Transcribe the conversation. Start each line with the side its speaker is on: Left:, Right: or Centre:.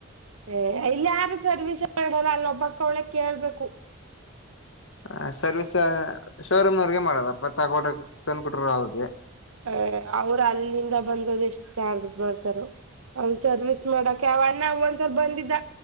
Right: ಏ ಇಲ್ಲ ಯಾರು ಸರ್ವಿಸ್ ಮಾಡಲ್ಲ ಅಲ್ಲ ಒಬ್ಬಕ್ಕ ಅವಳ ಕೇಳ್ಬೇಕು
Left: ಹ ಸರ್ವಿಸ್ ಶೋರೂಮ್ನವ್ರಗೆ ಮಾಡದಪ್ಪತ್ ಹಾಕಡ ತಂದಕಟ್ರ ಅವ್ರಿಗೆ
Right: ಅ ಅವ್ರು ಅಲ್ಲಿಂದ ಬಂದದು ಎಷ್ಟ್ ಚಾರ್ಜ್ ಬರ್ತಾರ ಅವನ್ ಸರ್ವಿಸ್ ಮಾಡಕ ಅವ ಅಣ್ಣ ಒಂದ್ ಸ್ವಲ್ಪ ಬಂದಿದ್ದ